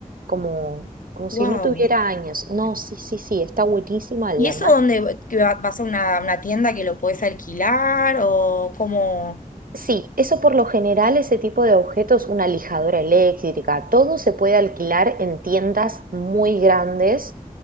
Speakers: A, on the right; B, on the left.
A: como, como si
B: Wow.
A: no tuviera años. No, sí, sí, sí, está buenísima la
B: ¿Y eso dónde que va- vas a una, una tienda que lo puedes alquilar o cómo?
A: Sí, eso por lo general, ese tipo de objetos, una lijadora eléctrica, todo se puede alquilar en tiendas muy grandes